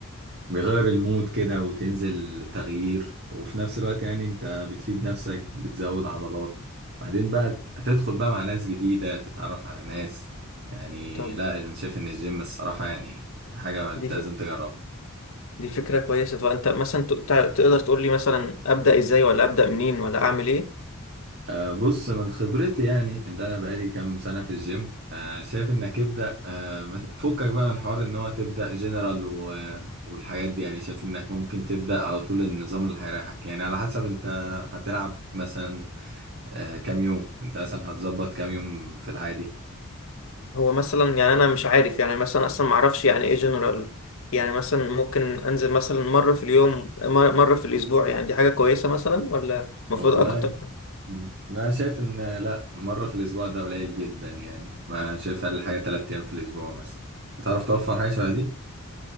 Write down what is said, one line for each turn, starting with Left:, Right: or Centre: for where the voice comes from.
Right: بيغير المود كده وتنزل تغيير وفي نفس الوقت يعني انت بتفيد نفسك بتزود عضلات بعدين بقى ت- هتدخل بقى مع ناس جديده تتعرف على ناس يعني
Left: طب
Right: لا انا شايف ان الجيم الصراحه يعني حاجه انت
Left: دي
Right: لازم
Left: فك...
Right: تجربها
Left: دي فكره كويسه طب انت مثلا ت- تع- تقدر تقول لي مثلا ابدا ازاي ولا ابدا منين ولا اعمل ايه
Right: آه، بص من خبرتي يعني اللي انا بقالي كام سنه في الجيم آه، شايف انك ابدا آه، ما ت- فكك بقى من حوار ان هو تبدا جنرال و... والحاجات دي يعني شايف انك ممكن تبدا على طول النظام اللي هيريحك يعني على حسب انت هتلعب مثلا آه، كام يوم انت مثلا هتظبط كام يوم في العادي
Left: هو مثلا يعني انا مش عارف يعني مثلا اصلا ما اعرفش يعني ايه جنرال يعني مثلا ممكن انزل مثلا مره في اليوم مر- مره في الاسبوع يعني دي حاجه كويسه مثلا ولا المفروض
Right: والله
Left: اكتر
Right: مم. انا شايف ان لا مره في الاسبوع ده قليل جدا يعني ما شايف اقل حاجه تلات ايام في الاسبوع مثلا هتعرف توفر حاجه شبه دي